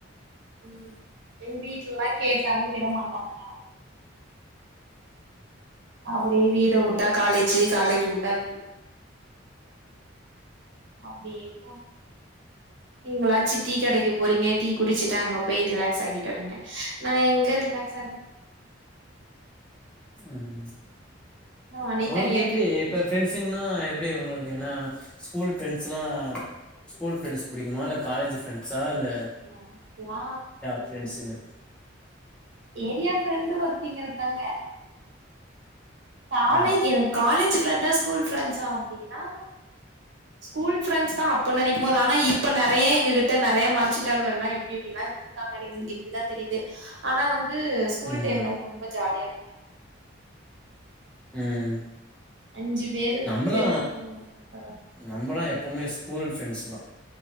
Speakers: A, on the right; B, in the centre.
A: ம் எங்க வீட்லல்லா கேட்டாலு விட மாட்டாங்க அப்டியே வீடு உட்டா காலேஜி காலேஜ உட்டா வீடு அப்டியே போ நீங்களாச்சு டீ கடைக்கி போறீங்க டீ குடிச்சிட்டு அங்க போய் ரிலாக்ஸாகிட்டு வரீங்க நா எங்க ரிலாக்ஸாகுறது
B: ம்
A: நானே
B: ஒங்களுக்கு
A: தனியா
B: எப்பிடி
A: டீ வச்சு
B: இப்ப
A: டீ
B: ஃபிரண்ட்ஸ் க்குனா எப்பிடி உங்களுக்கு ஏன்னா ஸ்கூல் ஃபிரெண்ட்ஸெல்லா ஸ்கூல் ப்ரெ்ஸ் புடிக்குமா இல்ல காலேஜ் ஃப்ரண்ட்ஸா இல்ல
A: எனக்லா
B: ஃபிரண்ட்ஸ்ங்க
A: ஏரியா ஃப்ரெண்டு ஒருத்திங்க இருக்காங்க காலேஜ்
B: ஆ
A: எனக் காலேஜ் ஃப்ரெண்டா ஸ்கூல் ஃப்ரெண்ட்ஸா அப்டின்னா கூல் ஃப்ரெண்ட்ஸ் தா அப்போ நெனைக்கும் போதுனா இப்போ நறைய எங்கிட்ட நறைய மறச்சிட்டாழ்வோ எல்லா எப்டி எப்டிலா காங்க நீங்கள் இப்படிதா தெரியுது ஆனா வந்து ஸ்கூல்
B: ம்
A: டைம்லதா ரொம்ப ஜாலியா இருப்போ
B: ம்
A: அஞ்சு பேரு
B: நம்மளா
A: சேந்துகிட்டு
B: நம்மளா எப்பவுமே ஸ்கூல் ஃப்ரெண்ட்ஸ் தா